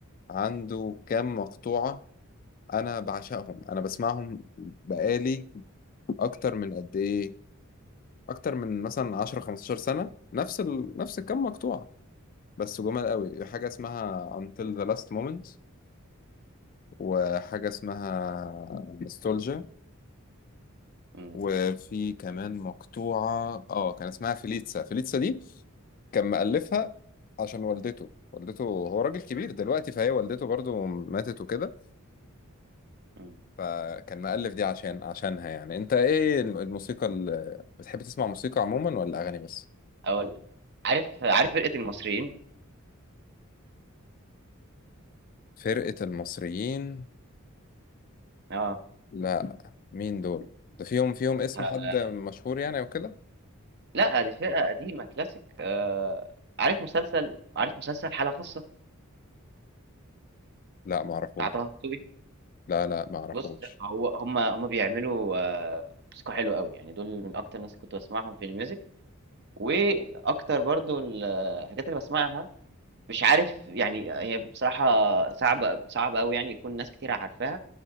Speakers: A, on the left; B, on the right.
A: عنده كام مقطوعة انا بعشقهم انا بسمعهم بقالي اكتر من قد ايه اكتر من مثلا 10 15 سنه نفس ال... نفس الكم مقطوعه بس جمال قوي حاجه اسمها Until the Last Moment وحاجه اسمها Nostalgia
B: امم
A: وفي كمان مقطوعه اه كان اسمها فيليتسا فيليتسا دي كان مؤلفها عشان والدته والدته هو راجل كبير دلوقتي فهي والدته برضو ماتت وكده
B: امم
A: فكان مألف دي عشان عشانها يعني انت ايه الموسيقى اللي بتحب تسمع موسيقى عموما ولا اغاني بس
B: اقول لك عارف عارف فرقة المصريين
A: فرقة المصريين
B: اه
A: لا مين دول ده فيهم فيهم اسم
B: ه-
A: حد مشهور يعني او كده
B: لا دي فرقة قديمة كلاسيك آه عارف مسلسل عارف مسلسل حالة خاصة
A: لا معرفوش
B: بتاع طه دسوقي
A: لا لا معرفوش
B: بص هو هم هم بيعملوا آه موسيقى حلوة قوي يعني دول من اكتر الناس اللي كنت بسمعهم في الميوزك واكتر برضو الحاجات اللي بسمعها مش عارف يعني هي بصراحة صعبة صعبة أوي يعني يكون ناس كتير عارفاها